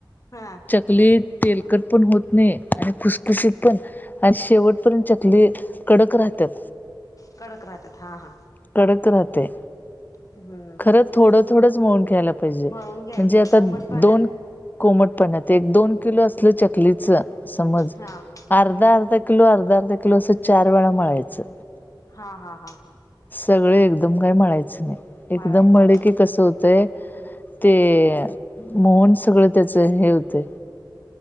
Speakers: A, on the left (about 45°); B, on the left (about 20°).
A: हा
B: चकली तेलकट- - पण होत नाही आणि खुसखुशीत पण आणि शेवटपर्यंत चकली कडक राहत्यात.
A: कडक राहत्यात. हां, हां.
B: कडक राहतयं.
A: हम्म
B: खरं
A: हम्म
B: थोडं थोडंच मऊन ख्यायला पाहिजे म्हणजे
A: मळून घ्यायचं
B: आता
A: कोमट पाण्यात
B: दोन -- कोमटपण्यात एक दोन किलो असलं चकलीच समज
A: हा हम्म
B: अर्धा अर्धा किलो अर्धा अर्धा किलो असं चार वेळा मळायचं.
A: हा हा हा हा.
B: सगळे एकदम काय म्हणायचं नाही.
A: मळायचं
B: एकदम म्हले
A: नाही
B: की कसं होतंय, ते मोहन सगळं त्याच हे होते.